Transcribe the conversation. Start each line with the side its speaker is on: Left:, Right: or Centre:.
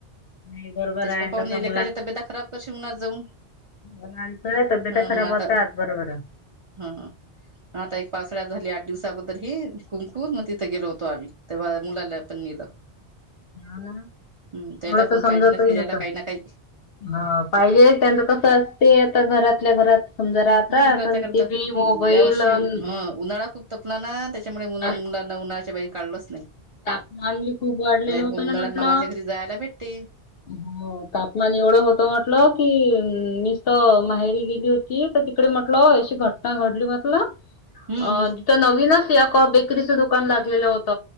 Left: नाही बरोबर
Right: त्याचे
Left: आहे
Right: पप्पा म्हणले
Left: तसं
Right: लेकराच्या तब्यता खराब करशील उन्हात जाऊन.
Left: उन्हाळीच्या तब्येता
Right: ह
Left: खराब
Right: मग आता
Left: होतात बरोबर.
Right: हा आता एक पावसाळ्यात झाली आठ दिवसा अगोदर ही कुंन कुंन. मग तिथे गेलो होतो आम्ही. तेव्हा मुलाला पण नेल.
Left: <unintelligible>
Right: हम्म त्याला
Left: थोडं
Right: पण
Left: तर समजतही
Right: पाहिजे ना फिरायला
Left: होत
Right: काही ना काही.
Left: हा पाहिजे त्यांच कस असते आता घरातल्या घरात समजा राहतात.
Right: हम् घरातल्या
Left: आणि
Right: घरात
Left: टी व्ही, मोबाईल
Right: या वर्षी
Left: अन
Right: ह उन्हाळा खूप तपला ना, त्याच्यामुळे मु
Left: अन
Right: मुलांना उन्हाळ्याच्या बाईर काढलच नाही.
Left: तापमान बी खूप वाढलेल
Right: नाहीत
Left: होत
Right: मग
Left: ना
Right: उन्हाळ्यात
Left: म्हटल.
Right: मामाच्या घरी जायला भेटते
Left: हो तापमान एवढ होत म्हटल की निस्त माहेरी गेली होती. ये आता तिकड म्हटल. अशी घटना घडली म्हटल. अ
Right: हम्म हम्
Left: तिथ नवीनच एक बेकरीच दुकान लागलेल होत